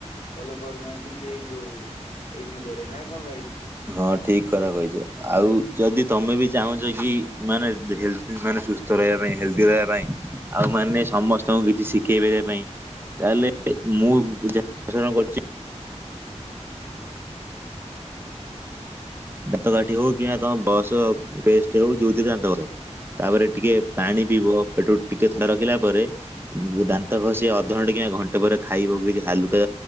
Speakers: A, on the left; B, on the right.
A: ଫଲୋ କରୁନାହାନ୍ତି କି ଏଇ ଯୋଉ ଏଇ ଯୁଗରେ ନା କଣ ଭାଇ?
B: ହଁ ଠିକ କଥା କହିଛ ଆଉ ଯଦି ତମେ ବି ଚାହୁଁଛ କି ମାନେ ହେଲେ - ମାନେ ସୁସ୍ଥ ରହିବା ପାଇଁ ହେଲ୍ଦି ରହିବା ପାଇଁ ଆଉ ମାନେ ସମସ୍ତଙ୍କୁ କିଛି ଶିଖେଇ ପାରିବା ପାଇଁ ତାହେଲେ ମୁଁସଣ କରିଛି ଦନ୍ତ କାଠି ହଉ କି ତମ ବସ ପେଷ୍ଟେ ହଉ ଯାଉଥିରେ ଦାନ୍ତ ଘସ ତାପରେ ଟିକେ ପାଣି ପିଇବ ପେଟ ଟିକେ ଥଳା ରଖିଲା ପରେ ଦାନ୍ତ ଘଷି ଅଧଘଣ୍ଟା କିମ୍ବା ଘଣ୍ଟେ ପରେ ଖାଇବ କିଛି ହାଲୁକା